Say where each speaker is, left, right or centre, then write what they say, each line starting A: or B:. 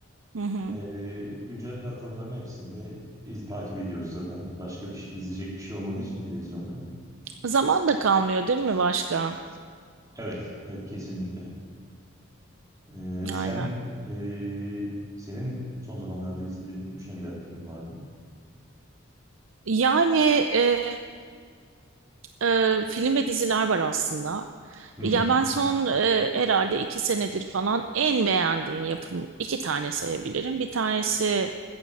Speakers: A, on the right; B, on the right.
A: Hı hı.
B: E, güncel platformların hepsinde iz, takip ediyoruz zaten. Başka bir şey, izleyecek bir şey olmadığı için televizyonda.
A: Zaman da kalmıyor değil mi başka?
B: Evet, evet kesinlikle. Ee, sen
A: Aynen.
B: e, senin son zamanlarda izlediğin hoşuna giden bir film var mı?
A: Yani e, e, film ve diziler var aslında.
B: Hı hı.
A: Ya ben son e, herhalde iki senedir falan en beğendiğim yapım iki tane sayabilirim. Bir tanesi